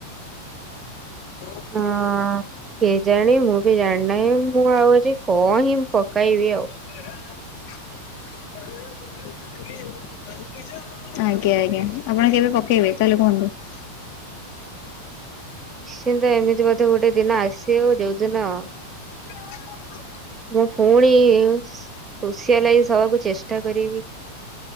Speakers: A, on the left; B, on the right.
A: <inaudible>
B: ହଁ। କେଜାଣି, ମୁଁ ବି ଜାଣିନାହିଁ। ମୁଁ ଆଉ ଅଛି, କହିଁ ପକାଇବି ଆଉ।
A: <inaudible> <unintelligible> ଆଜ୍ଞା, ଆଜ୍ଞା। ଆପଣ କେବେ ପକେଇବେ? ତାହେଲେ କୁହନ୍ତୁ?
B: ନିଶ୍ଚିନ୍ତ, ଏମିତି ବୋଧେ ଗୋଟେ ଦିନ ଆସିବ, ଯୋଉଦିନ
A: <inaudible>
B: ମୁଁ ଫୁଣି ସୋସିଆଲାଇଜ ହବାକୁ ଚେଷ୍ଟା କରିବି।